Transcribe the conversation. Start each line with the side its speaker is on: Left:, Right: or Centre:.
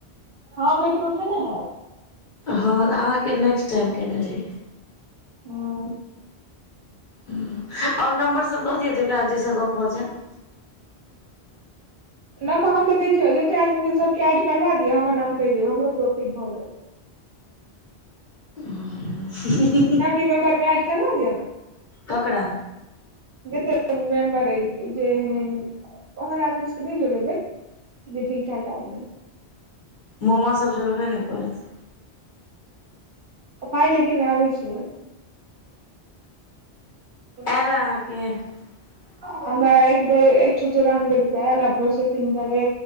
Right: हम लेकिन उठेने हैब
Left: हँ अहाँके नेक्स्ट टाइम केने रही
Right: ओ
Left: आओर नम्बर सब दऽ दिय जेकरा जाहिसँ गप्प भऽ जे <inaudible>
Right: नंबर हम तऽ कहै छियै जेते आदमी छै सबके एड करबा दिअ हमर नाम कहि दियौ हमरो प्रोफिट भऽ जैत
Left: <inaudible>
Right: फैमिली मेंबरमे एड करबा दिय ने
Left: ककड़ा
Right: जते <unintelligible> मेम्बर अछि जे एहन एहन ओहन आदमी सबके नहि जोड़ेबै जे ठीक ठाक आदमी छै
Left: मामा सब जोड़बे नहि करत
Right: पाइ लेकिन आबै छै यै
Left: आयल
Right: <inaudible>
Left: अहाँके <inaudible>
Right: हमरा एक बेर एक सए चौरानबे रुपआ प्रोसेसिंग करे